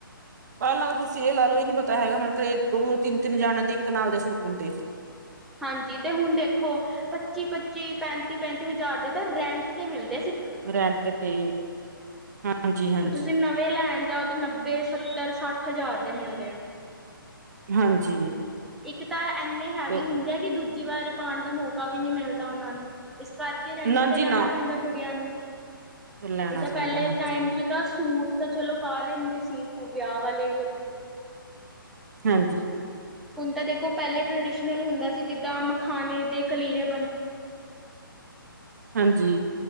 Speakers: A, on the right; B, in the centre.
A: ਪਹਿਲਾਂ ਤਾਂ ਤੁਸੀਂ ਇਹ ਲਾ ਲਓ। ਇਹ ਨੀ ਪਤਾ ਹੈਗਾ ਮਨ ਕਰ ਦੋ- ਦੋ ਤਿੰਨ- ਤਿੰਨ ਜਾਣੇਆਂ ਦੇ ਇੱਕ ਨਾਲ ਦੇ ਸੂਟ ਹੁੰਦੇ।
B: ਹਾਂਜੀ, ਤੇ ਹੁਨ ਦੇਖੋ ਪੱਚੀ- ਪੱਚੀ ਪੈਂਤੀ- ਪੈਂਤੀ ਹਜ਼ਾਰ ਦੇ ਤਾਂ ਰੈਂਟ ਤੇ ਮਿਲਦੇ ਸੀ।
A: ਰੈਂਟ ਤੇ, ਹਾਂਜੀ-ਹਾਂਜੀ।
B: ਤੁਸੀਂ ਨਵੇਂ ਲੈਣ ਜਾਓ ਤੇ ਨੱਬੇ, ਸੱਤਰ, ਸੱਠ ਹਜ਼ਾਰ ਦੇ ਮਿਲਦੇ ਆ।
A: ਹਾਂਜੀ।
B: ਇੱਕ ਤਾਂ ਇੰਨੇ ਹੈਵੀ
A: ਤੇ
B: ਹੁੰਦੇ ਆ, ਕਿ ਦੂਜੀ ਵਾਰੀ ਪਾਉਣ ਦਾ ਮੌਕਾ ਵੀ ਨਹੀਂ ਮਿਲਦਾ ਉਹਨਾਂ ਨੂੰ। ਇਸ ਕਰਕੇ ਰੈਂਟ
A: ਨਾ
B: ਤੇ
A: ਜੀ
B: ਲੈਣਾ
A: ਨਾ
B: ਪੈਂਦਾ ਕੁੜੀਆਂ ਨੂੰ
A: ਫਿਰ ਲੈਣਾ
B: ਨੀ ਦਾ
A: ਪੈਂਦਾ
B: ਪਹਿਲੇ
A: ਹਾਂਜੀ
B: ਟਾਈਮ ਚ। ਤਾਂ ਸੂਟ ਤਾਂ ਚਲੋ ਪਾ ਲੈਂਦੇ ਸੀ। ਉ ਵਿਆਹ ਵਾਲੇ ਵੀ ਆਪਣੇ।
A: ਹਾਂਜੀ।
B: ਹੁਣ ਤਾਂ ਦੇਖੋ, ਪਹਿਲੇ ਟਰਡੀਸ਼ਨਲ ਹੁੰਦਾ ਸੀ। ਜਿੱਦਾਂ ਮਖਾਨਣੇ ਦੇ ਕਲੀਰੇ ਬਣ,
A: ਹਾਂਜੀ।